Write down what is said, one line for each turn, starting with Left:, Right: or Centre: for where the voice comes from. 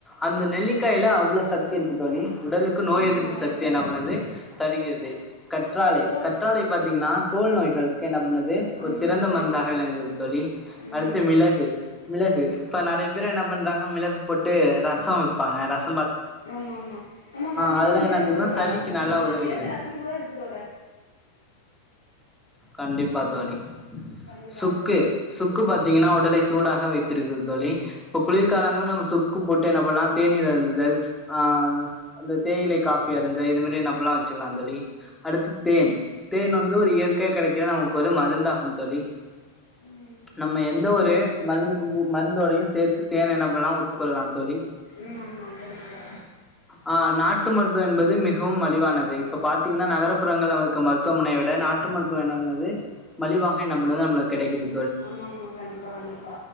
Centre: அந்த நெல்லிக்காய்ல
Left: ம்
Centre: அவ்ளோ சக்தி இருக்கு தோழி உடலுக்கு நோய்
Left: ஆமா
Centre: எதிர்ப்பு
Left: ஆமா கண்டிப்பா
Centre: சக் தி என்னா
Left: தோழி
Centre: பண்ணுது தருகிறது கற்றாழை
Left: தோழ்
Centre: கற் றாழை பாத்தீங்கன்னா தோல் நோய்களுக்கு என்ன பண்ணுது
Left: ஆமா
Centre: ஒரு சிறந்த
Left: ஆமா கண்டிப்பா
Centre: மருந்தாக விளங்குகிறது தோழி
Left: ம்
Centre: அடுத்து மிளகு மிளகு இப்ப நெறைய பேர் என்ன பண்றாங்க மிளகு போட்டு ரசோ வைப்பாங்க ரஸ்
Left: ஆமா ஆமா ஆமா கண்டிப்பா
Centre: அதெல்லா
Left: மிளகு
Centre: என்னத்துக்குன்னா
Left: போட்டுதா
Centre: சளிக்கு
Left: ரசோ வைக்கணு
Centre: நல்லா
Left: இதுல
Centre: உதவுகிறது
Left: மிளகு ரசன் கூட இருக்கு தோழர்
Centre: கண்டிப்பா தோழி
Left: கண்டிப்பா
Centre: சுக்கு
Left: சொல்லுங்க
Centre: சுக்கு பாத்தீங்கன்னா உடலை சூடாக வைத்திருக்குது தோழி இப்ப குளிர்காலங்கள்ல
Left: ம்
Centre: நம்ம சுக் கு போட்டு என்ன பண்ணலா தேநீர் அருந்துதல் ஆ அந்த தேயிலை காஃபிய இருந்த இது மாரி நம்பல்லா வச்சுக்கலா தோழி அடுத்து தேன்
Left: ம்
Centre: தேன் வந்து ஒரு இயற்கையா கெடைக்கிற நமக்கு ஒரு மருந்தாகும் தோழி
Left: ம்
Centre: நம்ம எந்த ஒரு மருந்துக்கும் கூ மருந்தோடையு சேத்து தேன என்ன பண்ணலா உட்கொள்ளலா தோழி
Left: ம் ஆமா கண்டிப்பா
Centre: ஆ நாட்டு மருத்துவம் என்பது மிகவும் மலிவானது இப்ப பாத்தீங்கன்னா நகரபுறங்கள இருக்க மருத் மருத்துவமனைய விட நாட்டு மருத்துவ என்ன பண்ணுது மலிவாக என்ன பண்ணுது நம்மளுக்கு கெடைக்குது
Left: ஆமா ஆமா கண்டிப்பா கண்டிப்பா